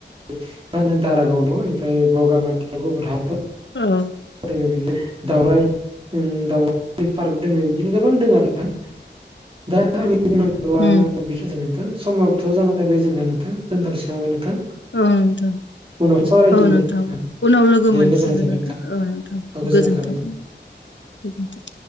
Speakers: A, on the right (about 30°); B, on the left (about 80°).
A: मा होनो दारागाव दं ओमफ्राय बगामाथि <unintelligible>
B: ओं
A: दङ बिदिनो दावराय दावराय पार्क दोङ बिदिनो गोबां दङो आरोना दा आंनि बुंनांगौआ
B: उम
A: बेखिनियानोसै नोंथां समथ जाना फैबाय जोहा नोंथां दोनथनोसै नामा नोंथां
B: औ नोंथां
A: उनाव सावरायफिनगोन
B: औ नोंथां उनाव लोगो
A: दे
B: मोनफिनगोन
A: गोजोननाय थाबाय
B: नोंथां औ
A: गोजोननाय
B: गोजोनथों
A: थाबाय
B: गोजोनथों